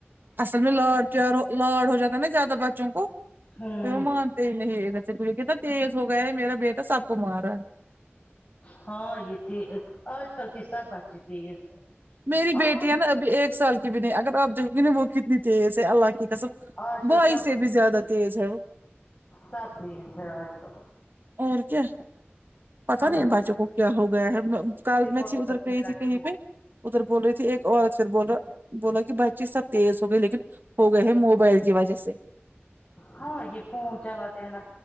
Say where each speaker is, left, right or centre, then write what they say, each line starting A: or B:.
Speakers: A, on the right (about 50°); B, on the left (about 25°).
A: اصل میں لاڑ پیار لاڑ ہو جاتا نا زیادہ بچوں کو
B: ہوں
A: تو ما پھر نہیں وہ دیکھیے کتا تیز ہو گیا ہے میرا بیٹا سب کو مار رہا ہے
B: ہاں یہ تیز آج کل کی سب بچے تیز ہے
A: میری
B: اور
A: بیٹی
B: کچھ
A: ہے نا ابھی ایک سال کی بھی نہیں اگر آپ دیکھو گی نا وہ کتنی تیز ہے اللہ کی کسم
B: آج کل
A: بھائی
B: سب
A: سے
B: بچے
A: بھی زیادہ تیز ہے وہ
B: سب تیز ہے آج کل
A: اور کیا پتہ
B: اللہ
A: نہیں
B: تعالی
A: بچوں کو کیا ہو گیا ہے میں کل
B: حفاظت
A: میں تھی ادھر گئی
B: میں
A: تھی
B: رکھے
A: کہیں پہ ادھر بول رہی تھی ایک اور اکثر بول رہا بولا کہ بچے سب تیز ہو گئے لیکن ہو گئے ہے موبائل کی وجہ سے
B: ہاں یہ فون چلا تے ہے نا